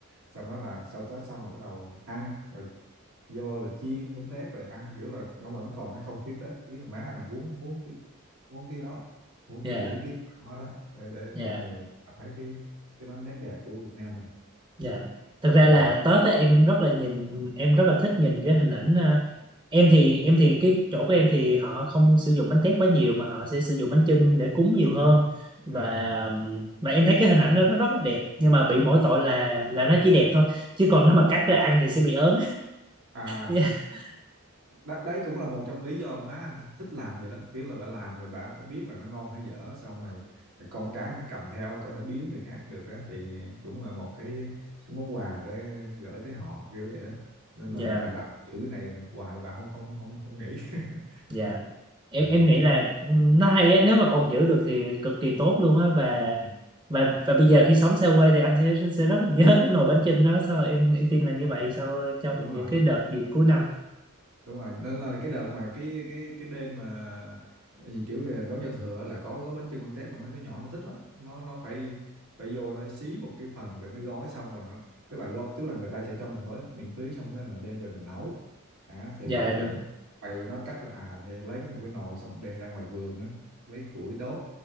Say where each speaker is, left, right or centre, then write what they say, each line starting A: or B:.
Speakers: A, on the right (about 85°); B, on the right (about 20°).
A: xong đó là sau Tết xong là bắt đầu ăn rồi vô là chiên bánh tét rồi ăn kiểu là nó vẫn còn cái không khí Tết ý là má anh là muốn muốn cái muốn cái đó muốn
B: dạ
A: cái giữ cái đó đó để, để
B: dạ
A: mọi người thấy cái cái đó nét đẹp của Việt Nam mình
B: dạ thực ra
A: Dạ.
B: là Tết á, em rất là nhìn em rất là thích nhìn cái hình ảnh ờ, em thì em thì cái chỗ của em thì họ không sử dụng bánh tét quá nhiều mà họ sẽ sử dụng bánh chưng để cúng nhiều hơn và
A: à
B: um, mà em thấy cái hình ảnh đó nó rất là đẹp nhưng mà bị mỗi tội là là nó chỉ đẹp thôi chứ còn nếu mà cắt ra ăn thì sẽ bị ớn
A: à
B: <laughs>
A: Đ- đấy cũng là một trong lý do má anh thích, thích làm vậy đó kiểu là bà làm rồi bà, bà biết là nó ngon hay dở sau này con cái nó cầm theo có thể biếu người khác được á thì cũng là một cái món quà để gửi tới họ kiểu vậy đó nên
B: dạ
A: là bà bà giữ cái này hoài bà không không không không nghĩ
B: dạ
A: <laughs>
B: em
A: à,
B: em nghĩ là ừm, nó hay á nếu mà còn giữ được thì cực kỳ tốt luôn á và
A: ừ,
B: và và bây giờ khi sống xa quê thì anh sẽ sẽ rất là nhớ cái nồi bánh chưng đó sao em em tin là như vậy sau trong
A: đúng
B: những
A: rồi
B: cái đợt dịp cuối năm
A: đúng rồi nên là cái đợt mà cái cái cái đêm mà gì kiểu là đón giao thừa là có gói bánh chưng con tét là mấy đứa nhỏ nó thích lắm nó nó phải phải vô nó xí một cái phần để nó gói xong là nó- tức là gói, tức là người ta sẽ cho mình gói miễn phí xong cái mình đem về mình nấu à, thì
B: dạ
A: bây
B: được
A: giờ mình bày nó cách là à, thì lấy cái một cái nồi xong đem ra ngoài vườn á lấy củi đốt